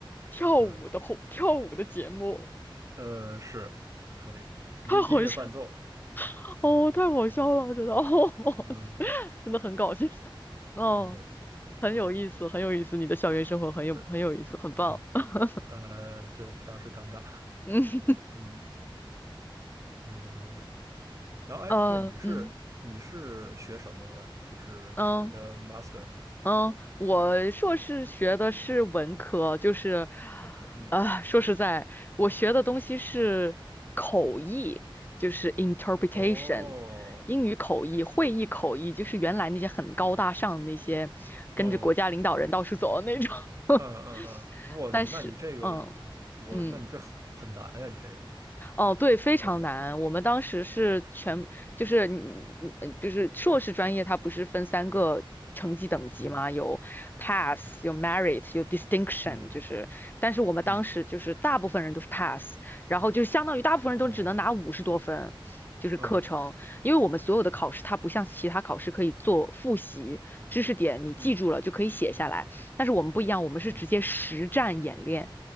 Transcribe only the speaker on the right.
呃呃，是可以，
音音乐伴奏，
嗯
嗯，
哎呀，
呃
是，
哎
呃，对当时尴尬，
嗯嗯，呃然后哎，
这你是你是学什么的？就是你的
master
的课，嗯，
哦，
嗯
嗯嗯嗯，哇，
你那你这个，
我那你这很难呀，
你这个，
这好难，
嗯
嗯
嗯，
哦，
嗯
嗯
嗯。